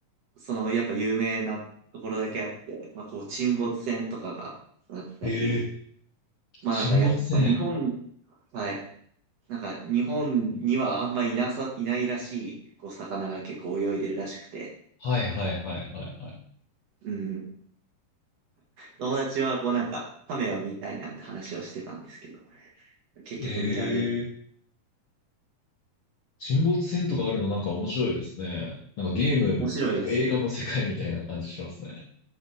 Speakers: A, on the right; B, on the left.
A: その、やっぱ有名なところだけあって、まあ、こう、沈没船とかがあったり、
B: へえ
A: まあ、
B: 沈没船。
A: なんかやっぱ日本、はい。なんか日本にはあんまいなさ、いないらしい、こう魚が結構泳いでるらしくて、
B: はいはいはいはいはい。
A: うん。友達はこうなんか、カメを見たいなんて話をしてたんですけど、結局見られる。
B: ええ沈没船とかあるのなんか面白いですね。なんかゲームとか映画の世界みたいな感じしますね。
A: 面白いですね。